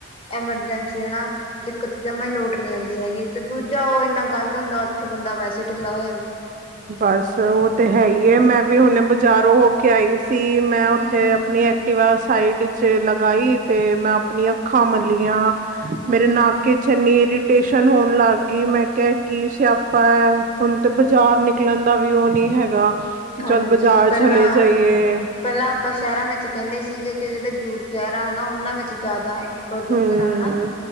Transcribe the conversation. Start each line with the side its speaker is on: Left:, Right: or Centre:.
Left: ਐਮਰਜੈਂਸੀ ਹੈ ਨਾਂ ਦਿੱਕਤ ਜਮਾਂ ਹੀ ਲੋਟ ਨਹੀਂ ਆਉਂਦੀ ਹੈਗੀ ਤੇ, ਦੂਜਾ ਉਹ ਇੰਨਾ ਗੰਦ ਹੁੰਦਾ ਉੱਥੇ ਬੰਦਾ ਵੈਸੇ ਢਿੱਲਾ ਹੋ ਜਾਂਦਾ।
Right: ਬਸ ਉਹ ਤੇ ਹੈ ਈਏ, ਮੈਂ ਵੀ ਹੁਣ ਬਾਜ਼ਾਰੋਂ ਹੋ ਕੇ ਆਈ ਸ ਸੀ ਮੈਂ ਉੱਥੇ
Left: ਹੂੰ-ਹੂੰ,
Right: ਆਪਣੀ ਏਕਟੀਵਾ ਸਾਈਡ ਚ ਲਗਾਈ ਤੇ ਮੈਂ ਆਪਣੀਆਂ ਅੱਖਾਂ ਮਲੀਆਂ
Left: ਹੂੰ-ਹੂੰ
Right: ਮੇਰੇ ਨੱਕ ਚ ਇੰਨ੍ਹੀਂ ਇਰੀਟੇਸ਼ਨ ਹੋਣ ਲੱਗ ਗਈ, ਮੈਂ ਕਿਆ ਕੀ ਸਿਆਪਾ? ਹੁਣ ਤੇ ਬਾਜ਼ਾਰ ਨਿਕਲ ਨਿਕਲਣ ਦਾ ਵੀ ਉਹ ਨ੍ਹੀਂ ਹੈਗਾ, ਕਿ
Left: ਹਾਂਜੀ
Right: ਚੱਲ ਬਾਜ਼ਾਰ
Left: ਪਹਿਲਾਂ
Right: ਚਲੇ ਜਾਈਏ।
Left: ਪਹਿਲਾਂ ਆਪਾਂ ਸ਼ਹਿਰਾਂ ਵਿੱਚ ਕਹਿੰਦੇ ਸੀਗੇ ਕਿ ਜਿਹੜੇ ਦੂਰ ਸ਼ਹਿਰਾਂ ਹਨ, ਉਹਨਾਂ ਵਿੱਚ ਜ਼ਿਆਦਾ ਏ ਪ੍ਰਦੂਸ਼ਣ
Right: ਹਮ
Left: ਐ ਹੈਨਾਂ?